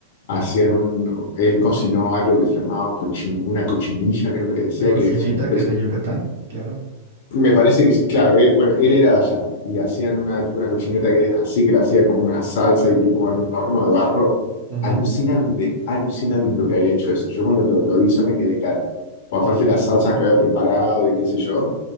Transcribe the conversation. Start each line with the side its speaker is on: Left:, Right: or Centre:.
Left: hacían un, él cocinó algo que se llamaba cochin- una cochinilla, creo que le decía,
Right: La cocineta
Left: que es una especie
Right: que es de Yucatán, claro.
Left: me parece que sí, claro, él, bueno, él era de allá y hacían una, tipo una cochineta que es así, que la hacía como una salsa y tipo en un horno de barro.
Right: Ujú.
Left: Alucinante, alucinante lo que había hecho eso. Yo cuando lo, lo hice me quedé cara. O aparte
Right: Sí, sí.
Left: las
Right: sí.
Left: salsas que había preparado y qué sé yo.